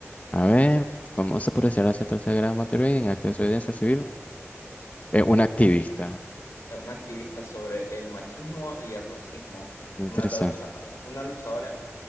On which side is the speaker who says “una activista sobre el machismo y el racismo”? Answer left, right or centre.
Left